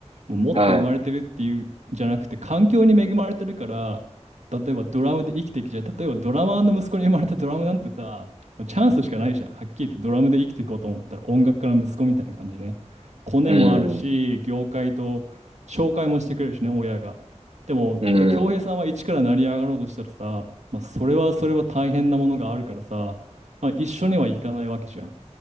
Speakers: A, on the right (about 80°); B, on the right (about 60°).
A: もう持って生まれてるっていうんじゃなくて環境に恵まれてるから例えばドラムで生きてきちゃう例えばドラマーの息子に生まれたドラムなんてさもうチャンスしかないじゃんはっきり言ってドラムで生きていこうと思ったら音楽家の息子みたいな感じねコネもあるし業界と紹介もしてくれるしね親がでもだ恭平さんは一から成り上がろうとしたらさ、
B: はい。うん。うん。
A: まあ、それはそれは大変なものがあるからさ、まあ、一緒にはいかないわけじゃん